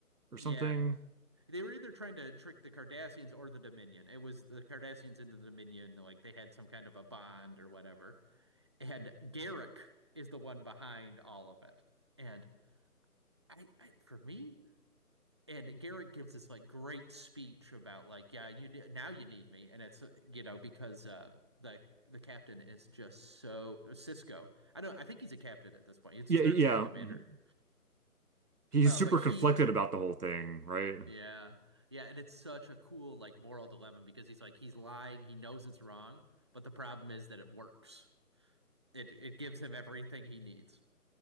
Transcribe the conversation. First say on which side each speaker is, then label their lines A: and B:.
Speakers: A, on the right; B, on the right.
A: or
B: Yeah.
A: something?
B: They were either trying to trick the Cardassians or the Dominion. It was the Cardassians and the Dominion, like they had some kind of a bond or whatever. and Garrick is the one behind all of it. And I, I for me, and Garrick gives this like great speech about like, yeah, you now you need me, and it's uh, you know because uh, the the captain is just so uh, Cisco. I don't. I think he's a captain at this point. He starts
A: Yeah, yeah.
B: as a commander,
A: mhm. He's
B: uh,
A: super
B: but he,
A: conflicted about the whole thing, right?
B: yeah, yeah, and it's such a cool like moral dilemma because he's like he's lying. He knows it's wrong, but the problem is that it works. It it gives him everything he needs.